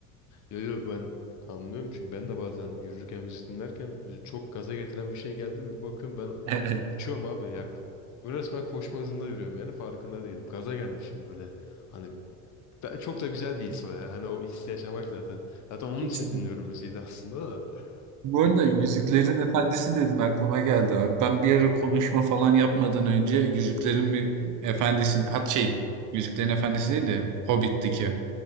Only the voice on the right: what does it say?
Evet.
<laughs>
Bu arada
Yüzüklerin Efendisi dedin aklıma geldi abi. Ben bir ara konuşma falan yapmadan önce Yüzüklerin bir Efendisi'nin hat şey Yüzüklerin Efendisi değil de Hobbit'teki